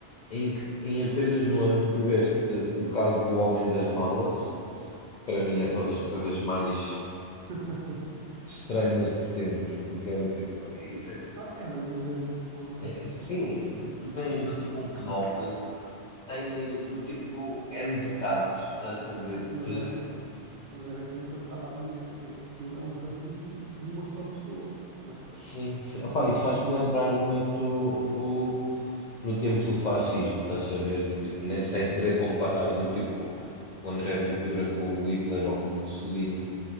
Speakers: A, on the left (about 60°); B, on the right (about 55°).
A: em que em apenas um ano tu tiveste o caso do Homem das Malas, para mim é
B: Sim.
A: só das coisas mais
B: <laughs>
A: estranhas de sempre, porque é do tipo, é isso é tipo,
B: Ah, é é um doente, é um doente,
A: é, sim,
B: coitado.
A: tu tens do tipo um pedófilo. Tens do tipo N de casos, estás a ver,
B: Mas
A: de
B: era, mas era por isso que eu te estava a dizer que aquilo é um partido de uma só pessoa, não é?
A: Sim, sim. Epá,
B: E,
A: isso faz-me
B: e,
A: lembrar muito o, no tempo do fascismo, estás a ver, do tipo, né,
B: e
A: sem
B: sim, sim.
A: querer comparar do tipo o André Ventura com o Hitler ou com o Mussolini,